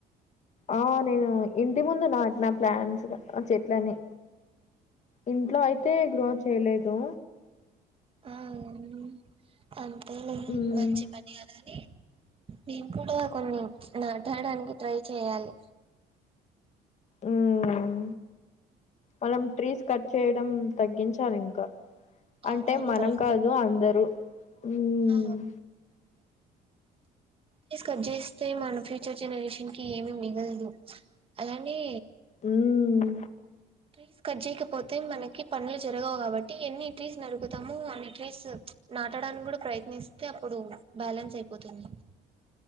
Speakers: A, on the left; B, on the right.
A: ఆ నేను ఇంటి ముందు నాటిన ప్లాంట్సగా చేట్లనీ ఇంట్లో అయితే గ్రోత్ చేయలేదు.
B: ఆ అవును అంతేలే
A: మ్మ్
B: మంచిపని గదా అని నేను కూడా కొన్ని చ్ నాటాడానికి ట్రై చేయాలి.
A: ఉమ్ మనం ట్రీస్ కట్ చేయడం తగ్గించాలి ఇంకా.
B: అవునవును
A: అంటే మనం
B: కరెక్టే
A: కాదు అందరూ మ్
B: ఆ ట్రీ స్కట్ చేస్తే మన ఫ్యూచర్ జనరేషన్ కి ఏ మిగలదు అలానే
A: ఉమ్
B: ట్రీస్ కట్ చేయకపోతే మనకి పనులు జరగవు కాబట్టి ఎన్ని ట్రీస్ నరుకుతాము. అన్ని ట్రీస్ నా నాటడానికి కూడా ప్రయత్నిస్తే అప్పుడు బ్యాలెన్స్ అయిపోతుంది.